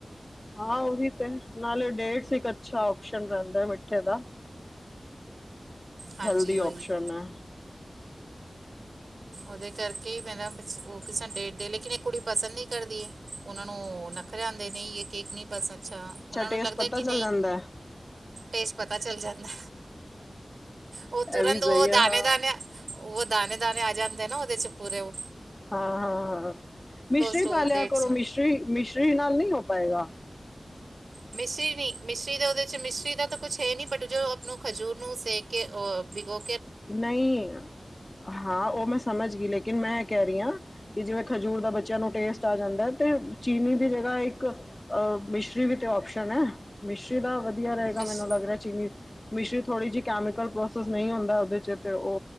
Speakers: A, on the left; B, on the right.
A: ਹਾਂ ਓਹੀ ਤੇ ਨਾਲੇ ਡੇਟਸ ਇਕ ਅੱਛਾ ਓਪਸ਼ਨ ਰਹਿੰਦਾ ਮਿੱਠੇ ਦਾ,
B: ਹਾਂਜੀ
A: ਹੈਲਦੀ
B: ਉਹੀ
A: ਓਪਸ਼ਨ ਐ।
B: ਓਦੇ ਕਰਕੇ ਈ ਮੈਂ ਨਾ ਓ <unintelligible> ਡੇਟ ਦੇ ਲੇਕਿਨ ਏ ਕੁੜੀ ਪਸੰਦ ਨਈ ਕਰਦੀ ਏ। ਓਨਾਂ ਨੂੰ ਨਖਰੇ ਆਂਦੇ ਨਈ ਯੇ ਕੇਕ ਨੀ ਬਸ ਅੱਛਾ, ਓਨਾਂ ਨੂੰ
A: ਟੇਸਟ
B: ਲੱਗਦਾ
A: ਪਤਾ
B: ਕਿ
A: ਚੱਲ
B: ਨਈ
A: ਜਾਂਦਾ ਹੈ
B: ਟੇਸਟ ਪਤਾ ਚੱਲ ਜਾਂਦਾ ਓ ਤੁਰੰਤ
A: ਇਹ ਵੀ ਸਹੀ
B: ਓ
A: ਹੈ
B: ਦਾਨੇ-ਦਾਨੇ
A: ਹਾਂ
B: ਓ ਦਾਨੇ-ਦਾਨੇ ਆ ਜਾਂਦੇ ਨਾ, ਓਦੇ 'ਚ ਪੂਰੇ ਓ
A: ਹਾਂ, ਹਾਂ, ਹਾਂ, ਮਿਸ਼ਰੀ
B: ਸੋ
A: ਪਾ ਲਿਆ
B: ਡੇਟਸ
A: ਕਰੋ,
B: ਨੂੰ
A: ਮਿਸ਼ਰੀ, ਮਿਸ਼ਰੀ ਨਾਲ ਨਈ ਹੋ ਪਾਏਗਾ।
B: ਮਿਸ਼ਰੀ ਨੀ, ਮਿਸ਼ਰੀ ਦਾ ਓਦੇ 'ਚ ਮਿਸ਼ਰੀ ਦਾ ਤਾਂ ਕੁਛ ਹੈ ਨੀ, ਬਟ ਜੋ ਆਪਾਂ ਨੂੰ ਖਜੂਰ ਨੂੰ ਸੇਕ ਕੇ ਓ ਭੀਗੋ
A: ਨਈ, ਹਾਂ ਓ ਮੈਂ ਸਮਝ ਗਈ ਲੇਕਿਨ ਮੈਂ ਐ ਕਹਿ ਰੀ ਆਂ ਕਿ ਜਿਵੇਂ ਖਜੂਰ ਦਾ ਬੱਚਿਆਂ ਨੂੰ ਟੇਸਟ ਆ ਜਾਂਦਾ ਐ ਤੇ ਚੀਨੀ ਦੀ ਜਗ੍ਹਾ ਇੱਕ ਅਹ ਮਿਸ਼ਰੀ ਵੀ ਤੇ ਓਪਸ਼ਨ ਐ। ਮਿਸ਼ਰੀ ਦਾ ਵਧੀਆ ਰਹੇਗਾ
B: ਮਿਸ਼
A: ਮੈਨੂੰ ਲੱਗ ਰਿਹਾ, ਚੀਨੀ ਮਿਸ਼ਰੀ ਥੋੜੀ ਜਿਹੀ ਕੈਮੀਕਲ ਪ੍ਰੋਸੈਸ ਨਹੀਂ ਹੁੰਦਾ। ਓਦੇ 'ਚ ਤੇ ਓ